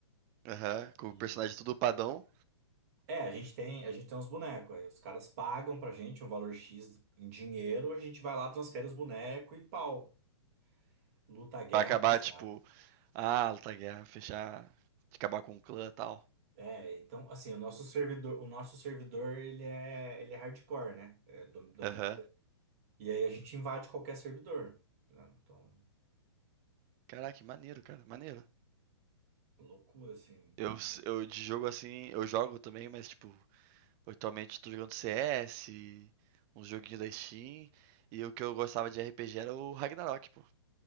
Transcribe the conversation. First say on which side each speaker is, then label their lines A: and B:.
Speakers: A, on the right; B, on the right.
A: Aham, com
B: E
A: o personagem tudo padão,
B: é, a gente tem, a gente tem uns bonecos. Aí os caras pagam pra gente um valor X em dinheiro, a gente vai lá, transfere os bonecos e pau. Luta a guerra
A: pra acabar,
B: pros caras.
A: tipo, ah, lutar guerra, fechar, acabar com o clã e tal.
B: É, então, assim, o nosso servidor, o nosso servidor, ele é, ele é hardcore, né? É do- dominado.
A: Aham.
B: E aí a gente invade qualquer servidor. né? Então,
A: Caraca, que maneiro, cara, maneiro.
B: loucura, assim.
A: Eu s eu de jogo, assim, eu jogo também, mas, tipo, atualmente tô jogando CS, uns joguinhos da Steam, e o que eu gostava de RPG era o Ragnarok, pô.